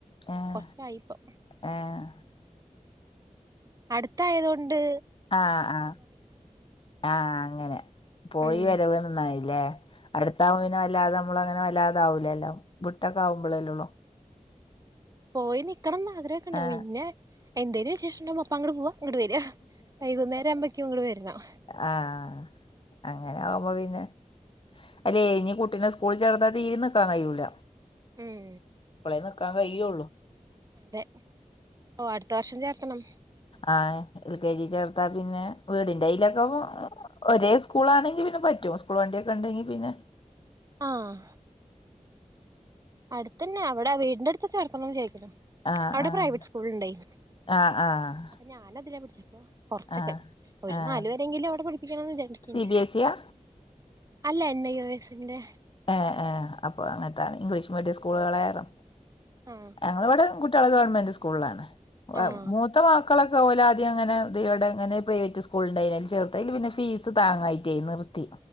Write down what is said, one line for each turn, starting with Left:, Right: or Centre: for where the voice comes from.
Left: ഏ
Right: കൊർ ച്ചായിപ്പം.
Left: ഏഹ്
Right: അടുത്തായത്കൊണ്ട്.
Left: ആഹ് ആഹ് ആഹ് അങ്ങനെ. പോയി
Right: ഉം
Left: വരവണന്നായില്ലേ അടുത്താവ പിന്നെവല്ലാതെ നമ്മള് അങ്ങനെ വല്ലാതൊ ആവൂലല്ലോ വിട്ടൊക്കാവുമ്പളല്ലൊള്ളു
Right: പോയി നിക്കണംന്ന് ആഗ്രഹൊക്കെ ണ്ടാവും,
Left: ആഹ്
Right: പിന്നെ എന്തേലും വിശേഷംണ്ടാവുമ്പൊ അപ്പ അങ്ങട്പോവ ഇങ്ങട് വെര, വൈകുന്നേരം ആവുമ്പക്യും ഇങ്ങട് വര്ണം
Left: ആഹ് അങ്ങനെ ആവുമ്പോപിന്നെ അല്ലേയ് നി കുട്ടിനെ സ്കൂളിചേർത്താ തീരിം നിക്കാൻ കയ്യൂല
Right: ഉം
Left: ഇപ്പളേ ന്ക്കാൻ കയ്യൊള്ളു
Right: അന്റെ ഓഹ് അട്ത്തവർഷംചേർത്തണം
Left: ആഹ്എൽകെജി ചേർത്താപിന്നെ വീടിന്റെയ്ലൊക്കെപോ ഒരേ സ്കൂളാണെങ്കി പിന്നെ പറ്റും. സ്കൂൾ വണ്ടിഒക്കെണ്ടെങ്കിപിന്നെ
Right: ആഹ് അട്ത്തന്യാ.. വടെവീടിന്റെട്ത്ത് ചേർത്തണം വിചാരിക്കുണ്
Left: ആഹ്
Right: അവിടെ
Left: ആഹ്
Right: പ്രൈവറ്റ്സ്കൂള്ണ്ടേയ്.
Left: ആഹ് ആഹ്
Right: അപ്പ ഞാനതിലാ പഠിച്ചെ പ്പോ കൊർച്ചൊക്കെ,
Left: ആഹ്
Right: ഒരു
Left: ആഹ്
Right: നാല് വരെങ്കിലും അവിടെ പഠിപ്പിക്കണംന്ന് വിചാരിക്ണ്ട്
Left: സി ബി എസ് ഇയാ
Right: അല്ല എൻ ഐ ഓ എസ് ന്റെ
Left: ഏഹ് ഏഹ് അപ്പൊ അങ്ങൻത്തഇംഗ്ലീഷ് മീഡിയം സ്കൂളുകളെറെ
Right: <unintelligible>
Left: ഞങ്ങള് ഇവടെ കുട്ട്യാളെ ഗവൺമെന്റ് സ്കൂൾളാണ് ഹ്
Right: ആഹ്
Left: മൂ ത്തെ മക്കളൊക്കെ ഓല ആദ്യംങ്ങനെ ഇവടെങ്ങനെ പ്രൈവറ്റ് സ്കൂള് ഇണ്ടയ്നി അയ്ല് ചേർത്ത് ആയ്ല് പിന്നെ ഫീസ് താങ്ങായ് റ്റെയ് നിർത്തി